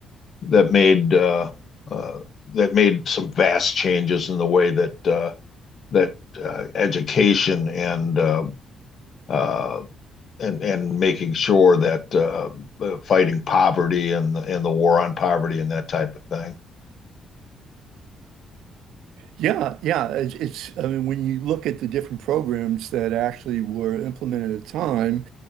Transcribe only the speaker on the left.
that made uh, uh, that made some vast changes in the way that uh, that uh, education and uh, uh, and and making sure that uh, uh, fighting poverty and and the war on poverty and that type of thing.